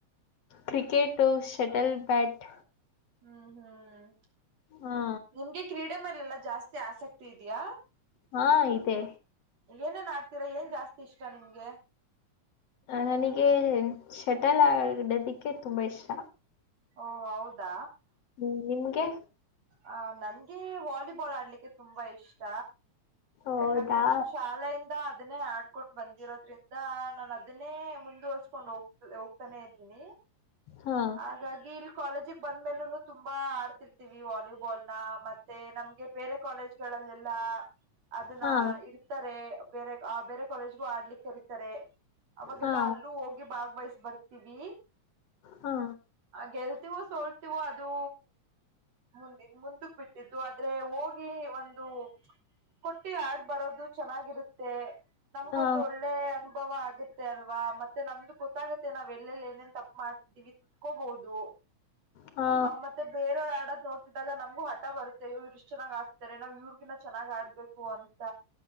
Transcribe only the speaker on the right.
ಹ್ಮ್ ಹ್ಮ್್ಮ
ನಿಂಗೆ ಕ್ರೀಡೆ ಮೇಲೆ ಲ್ಲ ಜಾಸ್ತಿ ಆಸಕ್ತಿ ಇದೆಯಾ
ಏನೇನ್ ಆಕ್ತಿರಾ ಏನ್ ಜಾಸ್ತಿ ಇಷ್ಟ ನಿಮ್ಗೆ
ಓ ಹೌದಾ.
ಆ ನನ್ಗೆ ವಾಲಿಬಾಲ್ ಆಡ್ಲಿಕ್ಕೆ ತುಂಬಾ ಇಷ್ಟ
ಯಾಕಂದ್ರೆ ನಾ ಶಾಲೆಯಿಂದ ಅ ಅದನ್ನೇ ಆಡ್ಕೊಂಡ ಬಂದಿರೋದ್ರಿಂದ ನಾನ ಅದನ್ನೇ ಮುಂದುವರ್ಸ್ಕೊಂಡ್ ಹೋಗ್ತ ಹೋಗ್ತಾನೇ ಇದ್ದೀನಿ.
ಹಾಗಾಗಿ ಇಲ್ ಕಾಲೇಜಿಗ ಬಂದ್ಮೇಲೂ ತುಂಬಾ ಆಡ್ತಿರ್ತೀವಿ ವಾಲಿಬಾಲ್ ನ ಮತ್ತೆ ನಮ್ಗೆ ಬೇರೆ ಕಾಲೇಜ್ ಗಳಲ್ಲೆಲ್ಲಾ ಅದನ್ನ
ಇರ್ತಾರೆ ಬೇರೆ ಆ ಬೇರೆ ಕಾಲೇಜ್ಗೂ ಆಡ್ಲಿಕ್ ಕರೀತಾರೆ ಅವಾಗೆಲ್ಲಾ
ಅಲ್ಲೂ ಹೋಗಿ ಭಾಗ್ವಹ ಬರ್ತೀವಿ.
ಆ ಗೆಲ್ತವೋ ಸೋಲ್ತಿವೋ ಅದು ಮುಂದ ಮುಂದಕ್ಕ ಬಿಟ್ಟಿದ್ದು ಆದ್ರೆ ಹೋಗಿ ಒಂದು ಕುಂಟಿ ಆಡ್ ಬರೋದು ಚೆನ್ನಾಗಿರುತ್ತೆ. ನಮ್ಗೊಂದು
ಒಳ್ಳೆ ಅನುಭವ ಆಗತ್ತೆ ಅಲ್ ಆ ಮತ್ತೆ ನಮ್ದು ಗೊತ್ತಾಗತ್ತೆ ನಾವ್ ಎಲ್ಲೆಲ್ಲಿ ಏನೇನ್ ತಪ್ಪು ಮಾಡ್ತಿದ್ದೀವಿ. ಕೋಬದು.
ಆ ಮತ್ತೆ ಬೇರೆವ ಆಡ ನೋಡ್ತಿದ್ದಾಗ ನಮ್ಗೂ ಹಠ ಬರುತ್ತೆ ಇವರು ಇಷ್ಟು ಚೆನ್ನ್ ಆಡ್ತಾರೆ ನಾವ್ ಇವ್ರಗಿನ್ನ ಚೆನ್ನಾಗ್ ಆಡ್ಬೇಕು ಅಂತ